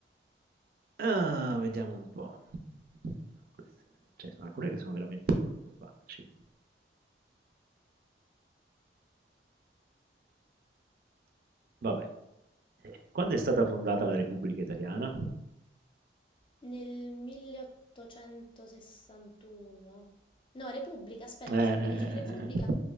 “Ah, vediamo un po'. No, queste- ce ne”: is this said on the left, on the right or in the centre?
Right